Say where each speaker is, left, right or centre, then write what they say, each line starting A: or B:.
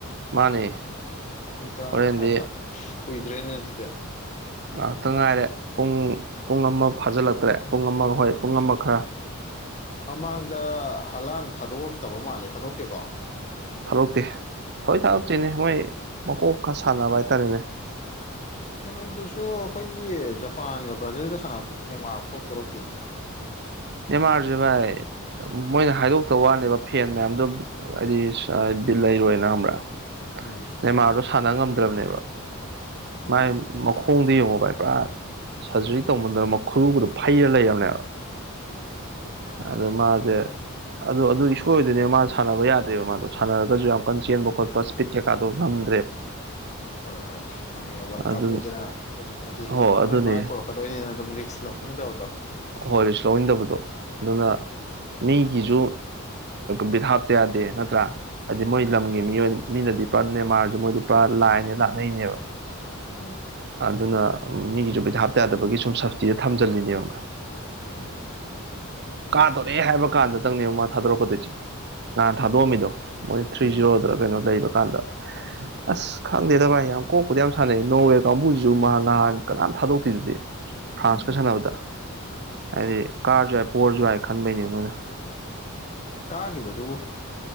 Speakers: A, on the right; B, on the left.
A: ꯃꯥꯅꯦ
B: ꯄꯨꯡ ꯇꯔꯥ
A: ꯍꯣꯔꯦꯟꯗꯤ
B: ꯃꯈꯥꯏꯗ ꯀꯨꯏ ꯗ꯭ꯔꯦꯅꯦꯖꯗ
A: ꯉꯥꯏꯍꯥꯛꯇ ꯉꯥꯏꯔꯦ ꯄꯨꯡ ꯄꯨꯡ ꯑꯃ ꯐꯥꯖꯤꯜꯂꯛꯇ꯭ꯔꯦ ꯑꯍꯣꯏ ꯄꯨꯡ
B: ꯎꯝ
A: ꯑꯃꯥꯛ ꯈꯔꯥ
B: ꯃꯃꯥꯡꯗ ꯍꯂꯥꯟ ꯊꯥꯗꯣꯛꯣꯔꯛꯇꯕ ꯃꯥꯜꯂꯦ ꯊꯥꯗꯣꯛꯇꯦꯀꯣ
A: ꯊꯥꯗꯛꯇꯦ ꯊꯑꯣꯏ ꯊꯥꯗꯆꯣꯏꯅꯦ
B: ꯎꯝ
A: ꯃꯣꯏ ꯃꯀꯣꯛ ꯈ ꯁꯥꯟꯅꯕ ꯍꯥꯏꯇꯥꯔꯦꯅꯦ
B: ꯀꯩꯅꯣꯗꯨꯁꯨ ꯑꯩꯈꯣꯏꯒꯤ ꯖꯄꯥꯟꯒ ꯕ꯭ꯔꯥꯖꯤꯜꯒ ꯁꯥꯟꯗꯨꯁꯨ ꯅꯦꯃꯥꯐꯥꯎ ꯊꯣꯛꯣꯔꯛꯇꯦꯅꯦ
A: ꯅꯦꯃꯥꯔꯁꯦ ꯚꯥꯏ ꯃꯣꯏꯅ ꯍꯥꯏꯗꯣꯛꯇ ꯋꯥꯅꯦꯕ ꯐꯦꯟ ꯃꯌꯥꯝꯗꯣ ꯍꯥꯏꯗꯤ ꯂꯩꯔꯣꯏꯅ ꯈꯪꯕ꯭ꯔꯥ
B: ꯎꯝ
A: ꯃꯦꯟꯃꯥꯔꯗꯣ ꯁꯥꯟꯅ ꯉꯝꯗ꯭ꯔꯕꯅꯦꯕ
B: ꯎꯝ
A: ꯃꯥꯏ ꯃꯈꯣꯡꯗ ꯌꯦꯡꯉꯣ ꯚꯥꯏ ꯄꯨꯔꯥ ꯁꯔꯖꯔꯤ ꯇꯧꯕꯗꯅ ꯃꯈꯔꯨꯕꯗꯣ ꯐꯩꯔ ꯂꯩꯕꯅꯦꯕ
B: ꯎꯝ
A: ꯑꯗꯨ ꯃꯥꯗꯖꯦ ꯑꯗꯣ ꯑꯗꯨꯗꯤ ꯁꯣꯏꯗꯣꯏꯅꯦ ꯃꯥꯅ ꯁꯥꯟꯅꯕ ꯌꯥꯗꯦꯕ ꯃꯥꯗꯣ ꯁꯥꯟꯅꯔꯒꯁꯨ ꯌꯥꯝ ꯀꯟꯅ ꯆꯦꯟꯕ ꯈꯣꯠꯄ ꯏꯁꯄꯤꯠ ꯀꯩꯀꯥꯗꯣ ꯉꯝꯗꯦ
B: ꯍꯣꯏ ꯍꯣꯏ ꯌꯥꯝ ꯋꯥꯔꯜ
A: ꯑꯗꯨ
B: ꯀꯞꯅꯤꯗꯅ ꯍꯥꯏꯗꯤ
A: ꯍꯣ
B: ꯂꯣꯏ
A: ꯑꯗꯨꯅꯦ
B: ꯃꯥꯏ ꯄꯣꯔꯛꯀꯗꯣꯏꯅꯤꯅ ꯑꯗꯨꯝ ꯔꯤꯛꯁ ꯂꯧꯅꯤꯡꯗꯕ
A: ꯍꯣꯏ ꯔꯤꯁ ꯂꯧꯟꯗꯕꯗꯣ ꯑꯗꯨꯅ ꯃꯤꯒꯤꯁꯨ ꯕꯤꯠ ꯍꯥꯥꯞꯇ ꯌꯥꯗꯦ ꯅꯠꯇ꯭ꯔꯥ ꯍꯥꯏꯗꯤ ꯃꯣꯏ
B: ꯎꯝ
A: ꯂꯝꯒꯤ ꯃꯤꯑꯣꯏ ꯃꯤꯅꯗꯤ ꯄꯨꯔ ꯃꯦꯟꯃꯥꯔꯁꯨ ꯃꯣꯏꯗꯤ ꯄꯨꯔꯥ ꯂꯥꯏꯅꯦ ꯂꯥꯅꯩꯅꯦꯕ
B: ꯎꯝ
A: ꯑꯗꯨꯅ ꯃꯤꯒꯤꯁꯨ ꯄꯤꯊꯥꯞ ꯇ ꯌꯥꯗꯕꯒꯤ ꯁꯨꯝ ꯁꯞꯁꯇꯤꯗ ꯊꯝꯖꯤꯜꯂꯤꯅꯦꯕ
B: ꯑꯅꯣ
A: ꯀꯥꯗꯣꯔꯛꯑꯦ ꯍꯥꯏꯕ ꯀꯥꯟꯗꯪꯅꯦꯕ ꯃꯥ ꯊꯥꯗꯣꯔꯛꯀꯗꯣꯏꯁꯤꯦ ꯅꯍꯥꯟ ꯊꯥꯗꯣꯛꯑꯝꯃꯤꯗꯣ
B: ꯎꯝ
A: ꯃꯣꯏ ꯊ꯭ꯔꯤ
B: ꯎꯝ
A: ꯖꯤꯔꯣꯗ ꯀꯩꯅꯣ ꯂꯩꯕ ꯀꯥꯟꯗ ꯑꯁ ꯈꯪꯗꯦꯗ ꯚꯥꯏ ꯌꯥꯝ ꯀꯣꯛꯄꯗꯤ ꯌꯥꯝ ꯁꯥꯟꯅꯩ ꯅꯣꯡꯋꯦ ꯀꯥꯡꯕꯨꯁ ꯁꯨ ꯃꯍꯥꯛ ꯉꯥꯏꯍꯥꯛ ꯀꯅꯥꯝ ꯊꯥꯗꯣꯛꯇꯦꯗꯨꯗꯤ ꯐ꯭ꯔꯥꯟꯁꯀ
B: ꯎꯝ
A: ꯁꯥꯟꯅꯕꯗ ꯍꯥꯏꯗꯤ ꯀꯥꯔꯁꯨ ꯌꯥꯏ ꯄꯣꯔꯁꯨ ꯌꯥꯏ ꯈꯟꯕꯩꯅꯦ ꯃꯣꯏꯅ
B: ꯀꯥꯒꯤꯕꯗꯨ